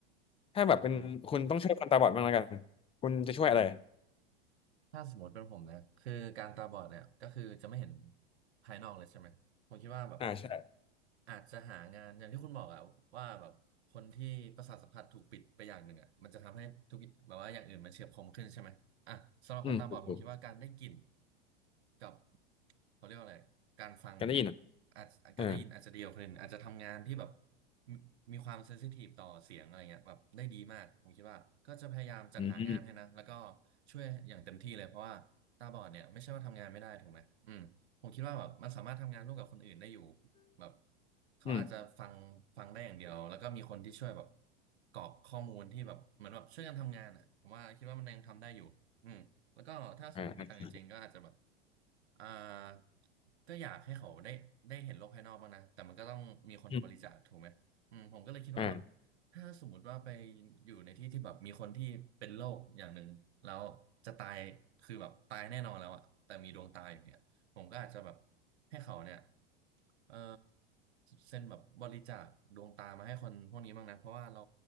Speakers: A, on the left; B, on the right.
A: ถ้าแบบเป็นคุณต้องช่วยคนตาบอดบ้างแล้วกัน
B: อืม
A: คุณจะช่วยอะไร
B: อ่า ถ้าสมมติเป็นผมนะคือการตาบอดเนี่ยก็คือจะไม่เห็นภายนอกเลยใช่ไหมผมคิดว่าแบบ
A: อ่าใช่
B: อาจจะหางานอย่างที่คุณบอกอะว่าแบบคนที่ประสาทสัมผัสถูกปิดไปอย่างหนึ่งอะมันจะทำให้ทุกแบบว่าอย่างอื่นมันเฉียบคมขึ้นใช่ไหมอ่ะสำหรับคนตาบอดผมคิดว่าการได้กลิ่น
A: อืมถูกถูก
B: กับเขาเรียกว่าอะไรการฟังอย่างเงี้ย
A: กันได้ยินอ่ะ
B: อาจการได้ยินอาจจะเดียวาคนอื่นอาจจะทำงานที่แบบ
A: เออ
B: มีมีความเซนซิทีฟต่อเสียงอะไรเงี้ยแบบได้ดีมากผมคิดว่าก็จะพยายามจัดหางานให้นะแล้วก็
A: อืมอืม
B: ช่วยอย่างเต็มที่เลยเพราะว่าตาบอดเนี่ยไม่ใช่ว่าทำงานไม่ได้ถูกไหมอืมผมคิดว่าแบบมันสามารถทำงานร่วมกับคนอื่นได้อยู่แบบเขาอาจจะฟังฟังได้อย่างเดียวแล้วก็มีคนที่ช่วยแบบ
A: อืม
B: กรอกข้อมูลที่แบบเหมือนแบบช่วยกันทำงานอ่ะผมว่าคิดว่ามันยังทำได้อยู่อืมแล้วก็ถ้าสมมติมีตังค์จริงๆก็อาจจะแบบ
A: อ่า
B: อ่าก็อยากให้เขาได้ได้เห็นโลกภายนอกบ้างนะแต่มันก็ต้องมีคนบริจาคถูกไหม
A: อืม
B: อืมผมก็เลยคิดว่าแบบ
A: อ่า
B: ถ้าสมมติว่าไปอยู่ในที่ที่แบบมีคนที่เป็นโรคอย่างหนึ่งแล้วจะตายคือแบบตายแน่นอนแล้วอะแต่มีดวงตาอยู่เนี่ยผมก็อาจจะแบบให้เขาเนี่ยเออเซ็นแบบบริจาคดวงตามาให้คนพวกนี้บ้างนะเพราะว่าเรา